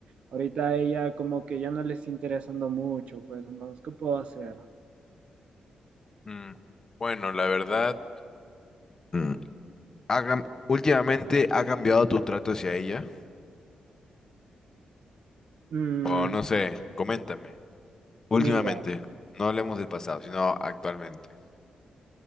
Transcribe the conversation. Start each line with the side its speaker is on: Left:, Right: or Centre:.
Right: ahorita a ella como que ya no le está interesando mucho, pues, entonces, ¿qué puedo hacer?
Left: Mm, Bueno, la verdad, mm, ha cam- últimamente ha cambiado tu trato hacia ella.
Right: Mm,
Left: O no sé, coméntame. Últimamente,
Right: mira.
Left: no hablemos del pasado, sino actualmente.